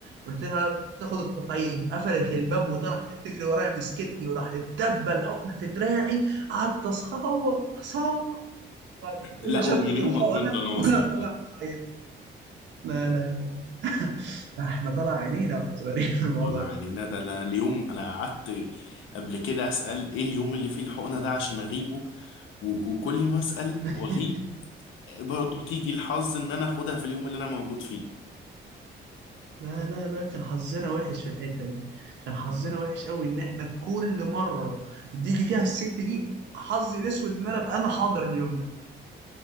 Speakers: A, on the right; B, on the left.
A: قلت لها انا مش عايز اخد التطعيم قفلت الباب وطلعت تجري ورايا مسكتني وراحت دبه الحقنه في دراعي قعدت اصوت اصوت بعد كده
B: لا
A: شدت
B: ومن يومك
A: الحقنه
B: وانت ناصح
A: وانا طالع بعيط لا لا لا احنا طالع عينينا واحنا صغيرين في الموضوع
B: والله يعني
A: ده
B: ندى انا اليوم انا قعدت قبل كده اسال ايه اليوم اللي فيه الحقنه ده عشان اغيبه و- وكل ما اسال
A: <laughs>
B: واغيب برضه تيجي الحظ ان انا اخدها في اليوم اللي انا موجود فيه
A: لا لا لا كان حظنا وحش في الحته دي كان حظنا وحش قوي ان احنا كل مره تيجي فيها الست دي حظي الاسود ان انا ابقى انا حاضر اليوم ده